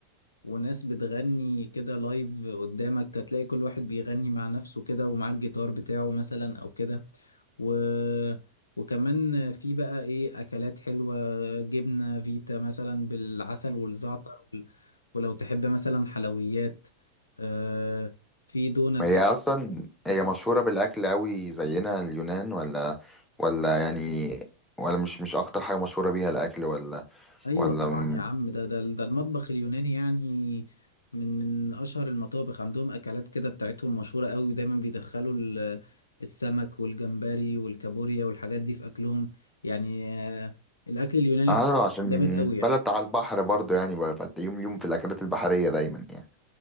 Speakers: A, on the left; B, in the centre.
A: وناس بتغني كده لايف قدامك هتلاقي كل واحد بيغني مع نفسه كده ومعاه الجيتار بتاعه مثلا أو كده و... وكمان في بقى إيه أكلات حلوة جبنة فيتا مثلا بالعسل والزعتر وال... ولو تحب مثلا حلويات آه في دوناتس
B: هي اصلا هي مشهوره بالاكل قوي زينا اليونان ولا ولا يعني ولا مش مش اكتر حاجه مشهوره بيها الاكل ولا
A: ايوه
B: ولا
A: طبعا
B: م-
A: يا عم ده ده ده المطبخ اليوناني يعني من من اشهر المطابخ عندهم اكلات كده بتاعتهم مشهوره قوي دايما بيدخلوا ال- السمك والجمبري والكابوريا والحاجات دي في اكلهم يعني آه، الاكل اليوناني
B: اه عشان
A: جامد قوي يعني
B: بلد على البحر برضو يعني بقى فتلاقيهم اليوم في الاكلات البحريه دايما يعني